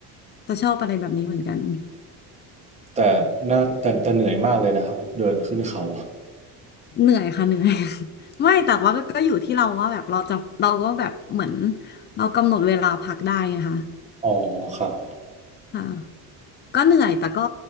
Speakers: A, on the left (about 30°); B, on the right (about 15°).
A: จะชอบอะไรแบบนี้เหมือนกัน
B: แต่น่าแต่แต่เหนื่อยมากเลยนะครับเดินขึ้นเขา
A: เหนื่อยค่ะเหนื่อย <laughs> ไม่แต่ว่าก็ก็อยู่ที่เราว่าแบบเราจะเราก็แบบเหมือนเรากำหนดเวลาพักได้ไงคะ
B: อ๋อครับ
A: ค่ะก็เหนื่อยแต่ก็